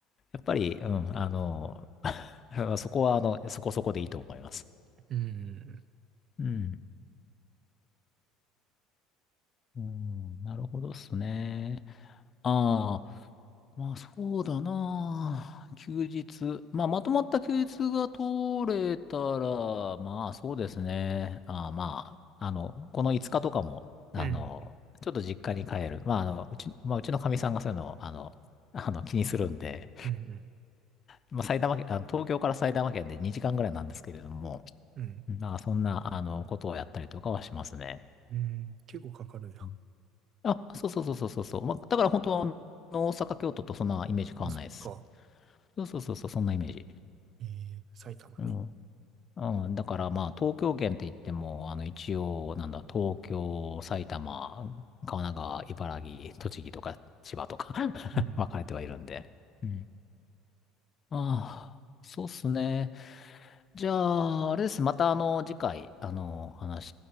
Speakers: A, on the left; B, on the right.
A: っぱり、うん、あのー <laughs> そこは、あの、そこそこでいいと思います。
B: うん。
A: うん。うん、なるほどっすね。ああ。まあそうだなあ。休日。まあまとまった休日が取れたら、まあそうですね。ああまあ、あの、この5日とかも、あの、
B: うん。
A: ちょっと実家に帰る。まああの、うち、まあうちのかみさんがそういうのを、あの、あの気にするんで、
B: うん。
A: まあ埼玉県、あの、東京から埼玉県で2時間ぐらいなんですけれども、
B: うん。
A: まあそんな、あの、ことをやったりとかはしますね。
B: うん。結構かかるんや。
A: うんあ、そうそうそうそうそうそう。まあだから本当は、あの大阪、京都とそんなイメージ変わんないです。
B: あ、そっか。
A: そうそうそうそう、そんなイメージ。
B: ええ埼玉ね。
A: うん。うん。だからまあ、東京圏って言っても、あの、一応、なんだ、東京、埼玉、神奈川、茨城、栃木とか、千葉とか <laughs>
B: うん。
A: 分かれてはいるんで。うん。ああ、そうっすね。じゃあ、あれですね。また、あの、次回、あの、お話